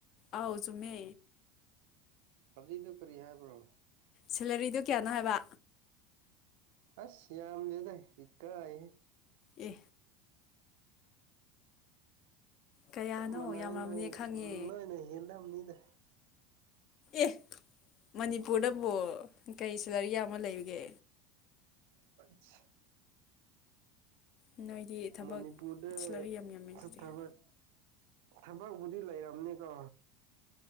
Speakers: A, on the left; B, on the right.
A: ꯑꯧ ꯆꯨꯝꯃꯦ
B: ꯍꯧꯖꯤꯛꯗꯣ ꯀꯔꯤ ꯍꯥꯏꯕ꯭ꯔꯣ
A: ꯁꯦꯂꯔꯤꯗꯣ ꯀꯌꯥꯅꯣ ꯍꯥꯏꯕ
B: ꯑꯁ ꯌꯥꯝꯗꯦꯗ ꯏꯀꯥꯏꯍꯦ
A: ꯑꯦ ꯀꯌꯥꯅꯣ
B: ꯆꯞ ꯃꯥꯟꯅꯩ
A: ꯌꯥꯝꯔꯝꯃꯅꯤ
B: ꯅꯣꯏ
A: ꯈꯪꯉꯦ
B: ꯅꯣꯏꯅ ꯍꯦꯜꯂꯝꯅꯤꯗ
A: ꯑꯦ ꯃꯅꯤꯄꯨꯔꯗꯕꯨ ꯀꯩ ꯁ‌ꯦꯂꯔꯤ ꯌꯥꯝꯃ ꯂꯩꯔꯤꯒꯦ
B: <unintelligible>
A: ꯅꯣꯏꯗꯤ ꯊꯕꯛ
B: ꯃꯅꯤꯄꯨꯔꯗ
A: ꯁꯦꯂꯔꯤ ꯌꯥꯝ ꯌꯥꯝꯃꯦ ꯑꯗꯨꯗꯤ
B: ꯊꯕꯛ ꯊꯕꯛꯄꯕꯨꯗꯤ ꯂꯩꯔꯝꯅꯤꯀꯣ